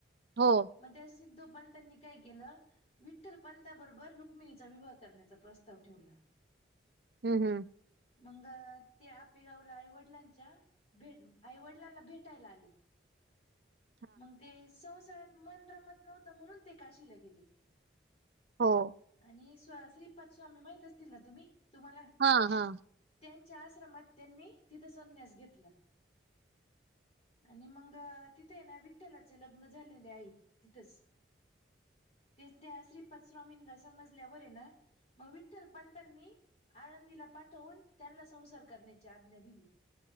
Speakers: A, on the right; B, on the left.
A: हो.
B: मग त्या सिद्धोपंतानी काय केेलं, विठ्ठल पंथाबरोबर रुक्मिणीचा विवाह करण्याचा प्रस्ताव ठेवला.
A: हूं.. हूं..
B: मंग ते आपेगावला आई-वडिलांच्या, भेट आई-वडिलांना भेटायला आली.
A: <inaudible>
B: मग ते संसारात मन रमत नव्हतं, म्हणून ते काशीला गेले.
A: हो
B: आणि स् श्रीपाद स्वामी माहित असतील ना तुम्ही तुम्हांला?
A: हा हा.
B: त्यांच्या आश्रमात त्यांनी तिथं संन्यास घेतला. आणि मंग तिथे ना विठ्ठलाचे लग्न झाले. त्या तिथंच ते त्या श्रीपदस्वामींना समजल्यावर आहे ना, मग विठ्ठल पंतानी, आळंदीला पाठवून त्यांनला संसार करण्याची आज्ञा दिली.